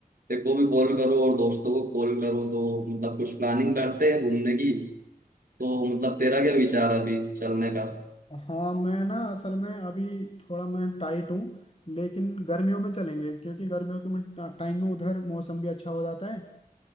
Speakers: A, on the right (about 65°); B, on the left (about 40°).
A: देखो भी कॉल करो और दोस्तों को कॉल करो तो मतलब कुछ प्लानिंग करते हैं घूमने की तो मतलब तेरा क्या विचार है अभी चलने का
B: हाँ मैं ना असल में अभी थोड़ा मैं टाइट हूँ लेकिन गर्मियों में चलेंगे क्योंकि गर्मियों के में टाइम में उधर मौसम भी अच्छा हो जाता है